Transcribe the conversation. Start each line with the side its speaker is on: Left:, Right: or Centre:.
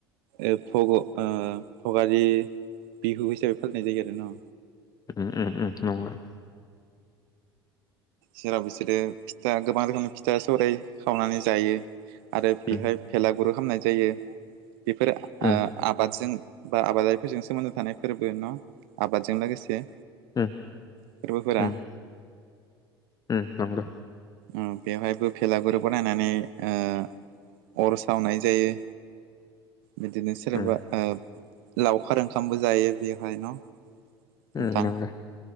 Right: ओ भग ओ भगालि बिहु हिसाबै फालिनाय जायो आरो न
Left: ओम ओम ओम न
Right: जेराव बिसोरो फिथा गोबां रोखोमनि फिथा सौराइ खावनानै जायो आरो बेहाय
Left: उम
Right: भेलागुरु खामनाय जायो बेफोर
Left: उम
Right: आ- आबादजों बा आबादारि फोरजों सोमोन्दो थानाय फोरबो न आबादजों लोगोसे
Left: ओम
Right: फोरबोफोरा
Left: ओम-ओम नंगो
Right: ओम बेवहायबो भेलागुरु बनायनानै ओ अर सावनाय जायो बिदिनो सोरबा
Left: उम
Right: ओब लावखार ओंखामबो जायो बेवहाय न। नोंथां
Left: ओम नोंगो